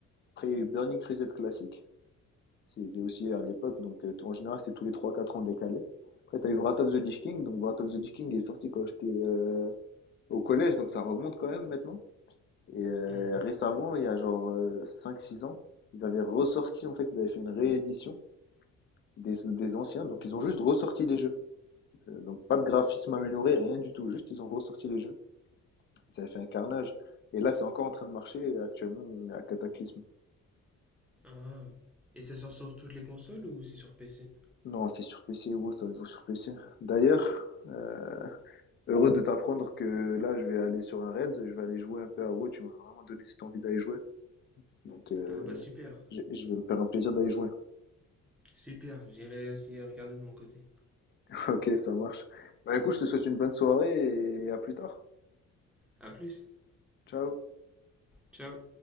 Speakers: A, on the left; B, in the centre.
A: Après, il y a eu Burning Crusade classique. C'était aussi à l'époque. Donc, euh, en général, c'est tous les trois quatre ans décalé. Après, tu as eu Wrath of the Lich King. Donc, Wrath of the Lich King est sorti quand j'étais euh, au collège. Donc, ça remonte quand même maintenant. Et euh,
B: Mhm.
A: récemment, il y a genre euh, cinq six ans, ils avaient ressorti, en fait, ils avaient fait une réédition des, des anciens. Donc, ils ont juste ressorti les jeux. Euh, donc pas de graphisme amélioré, rien du tout. Juste, ils ont ressorti les jeux. Ça a fait un carnage. Et là, c'est encore en train de marcher. Et actuellement, on est à Cataclysme.
B: Ah. Et ça sort sur toutes les consoles ou c'est sur PC?
A: Non, c'est sur PC. WoW, ça se joue sur PC. D'ailleurs, euh, heureux de t'apprendre que là, je vais aller sur un raid. Je vais aller jouer un peu à WoW. Tu m'as vraiment donné cette envie d'aller jouer. Donc, euh,
B: Ah bah super,
A: je je vais me faire un plaisir d'aller jouer.
B: super, j'irai aussi regarder de mon côté.
A: <laughs> Ok, ça marche. Bah écoute, je te souhaite une bonne soirée et à plus tard.
B: À plus.
A: Ciao.
B: Ciao.